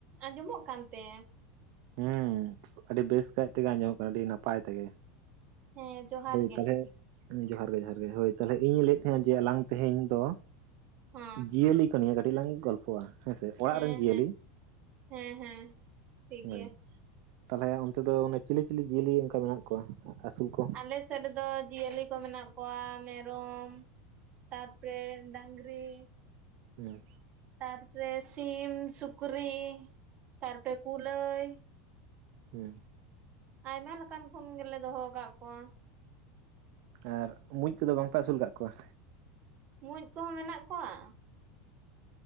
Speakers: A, on the right; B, on the right.
A: ᱟᱸᱡᱚᱢᱚᱜ ᱠᱟᱱᱛᱮ
B: ᱦᱮᱸ ᱟᱹᱰᱤ ᱵᱮᱥ ᱠᱟᱭ ᱛᱮᱜᱮ ᱟᱸᱡᱚᱢᱚᱜ ᱠᱟᱱᱟ ᱟᱹᱰᱤ ᱱᱟᱯᱟᱭ ᱛᱮᱜᱮ
A: ᱦᱮᱸ ᱡᱚᱦᱟᱨ
B: ᱦᱳᱭ
A: ᱜᱮ
B: ᱛᱟᱦᱚᱞᱮ ᱡᱚᱦᱟᱨ ᱜᱮ ᱡᱚᱦᱟᱨ ᱜᱮ ᱦᱳᱭ ᱛᱟᱦᱚᱞᱮ ᱤᱧ ᱞᱟᱹᱭᱮᱫ ᱛᱟᱦᱮᱸᱱᱟ ᱡᱮ ᱟᱞᱟᱝ ᱛᱮᱦᱮᱧ ᱫᱚ
A: ᱦᱮᱸ
B: ᱡᱤᱭᱟᱹᱞᱤ ᱠᱚ ᱱᱤᱭᱟᱹ ᱠᱟᱹᱴᱤᱡ ᱞᱟᱝ ᱜᱚᱞᱯᱚᱜᱼᱟ ᱦᱮᱸᱥᱮ ᱚᱲᱟᱜ
A: ᱦᱮᱸ
B: ᱨᱮᱱ ᱡᱤᱭᱟᱹᱞᱤ
A: ᱦᱮᱸ ᱦᱮᱸ ᱦᱮᱸ ᱴᱷᱤᱠ
B: ᱦᱳᱭ
A: ᱜᱮᱭᱟ
B: ᱛᱟᱦᱚᱞᱮ ᱚᱱᱛᱮ ᱫᱚ ᱚᱱᱮ ᱪᱤᱞᱤ ᱪᱤᱞᱤ ᱡᱤᱭᱟᱹᱞᱤ ᱚᱱᱠᱟ ᱢᱮᱱᱟᱜ ᱠᱚᱣᱟ ᱟᱹᱥᱩᱞ ᱠᱚ
A: ᱟᱞᱮ ᱥᱮᱫ ᱨᱮ ᱫᱚ ᱡᱤᱭᱟᱹᱞᱤ ᱠᱚ ᱢᱮᱱᱟᱜ ᱠᱚᱣᱟ ᱢᱮᱨᱚᱢ ᱛᱟᱨ ᱯᱚᱨᱮ ᱰᱟᱝᱨᱤ
B: ᱦᱮᱸ
A: ᱛᱟᱨ ᱯᱚᱨᱮ ᱥᱤᱢ ᱥᱩᱠᱨᱤ ᱛᱟᱨᱯᱚᱨᱮ ᱠᱩᱞᱟᱹᱭ
B: ᱦᱮᱸ
A: ᱟᱭᱢᱟ ᱞᱮᱠᱟᱱ ᱠᱷᱚᱱ ᱜᱮᱞᱮ ᱫᱚᱦᱚ ᱟᱠᱟᱫ ᱠᱚᱣᱟ
B: ᱟᱨ ᱢᱩᱸᱡ ᱠᱚᱫᱚ ᱵᱟᱝᱯᱮ ᱟᱹᱥᱩᱞ ᱟᱠᱟᱫ ᱠᱚᱣᱟ
A: ᱢᱩᱸᱡ ᱠᱚᱦᱚᱸ ᱢᱮᱱᱟᱜ ᱠᱚᱣᱟ